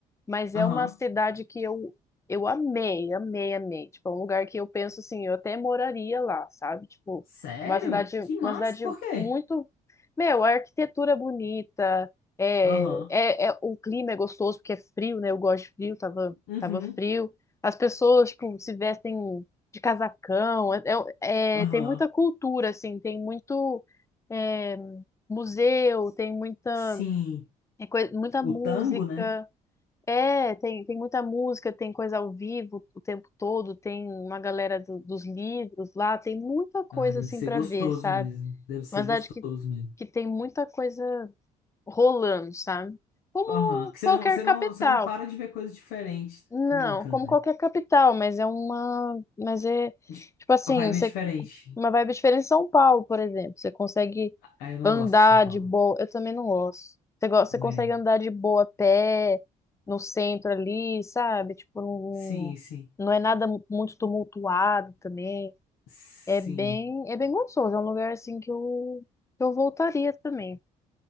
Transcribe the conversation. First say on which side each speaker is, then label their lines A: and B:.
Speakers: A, on the left; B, on the left.
A: Mas
B: Aham.
A: é uma cidade que eu, eu amei, amei, amei. Tipo, é um lugar que eu penso assim, eu até moraria lá, sabe? Tipo,
B: Sério?
A: uma cidade,
B: Que
A: uma
B: massa,
A: cidade
B: por quê?
A: muito. Meu, a arquitetura é bonita, é,
B: Aham.
A: é, é- o clima é gostoso, porque é frio, né? Eu gosto de frio, tava,
B: Uhum.
A: tava frio. As pessoas, tipo, se vestem de casacão. É, é-
B: Aham.
A: é- tem muita cultura, assim, tem muito. é, museu, tem muita,
B: Sim,
A: tem coi- muita
B: o
A: música.
B: tango, né?
A: É, tem, tem muita música, tem coisa ao vivo o tempo todo, tem uma galera do- dos livros lá, tem muita coisa
B: Ah, deve
A: assim
B: ser
A: para
B: gostoso
A: ver, sabe?
B: mesmo. Deve ser
A: Uma cidade
B: gostoso
A: que,
B: mesmo.
A: que tem muita coisa rolando, sabe? Como
B: Aham. Que você
A: qualquer
B: não, você
A: capital.
B: não, você não para de ver coisa diferente
A: Não,
B: nunca,
A: como
B: né?
A: qualquer capital, mas é uma, mas é
B: De-
A: tipo assim,
B: A vibe
A: você
B: é diferente.
A: Uma vibe diferente em São Paulo, por exemplo. Você consegue
B: Ah, eu não
A: andar
B: gosto de São Paulo.
A: de boa. Eu também não gosto. Você, go- você consegue
B: É.
A: andar de boa a pé no centro ali, sabe? Tipo,
B: Sim, sim.
A: não, não é nada mu- muito tumultuado também.
B: Sim.
A: É bem, é bem gostoso. É um lugar assim que eu, que eu voltaria também.